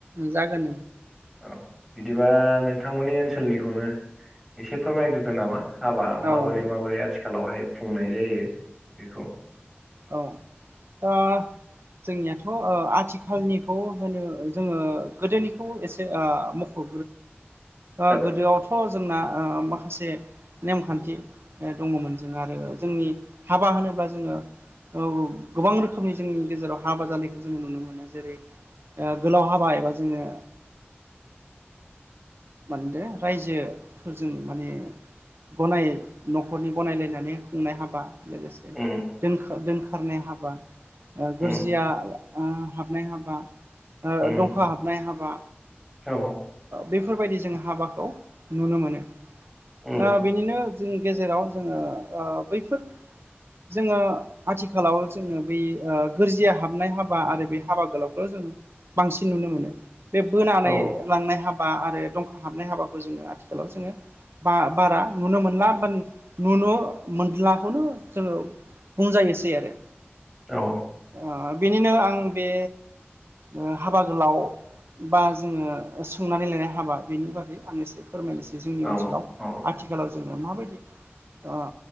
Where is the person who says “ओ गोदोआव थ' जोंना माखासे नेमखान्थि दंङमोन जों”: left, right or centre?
Right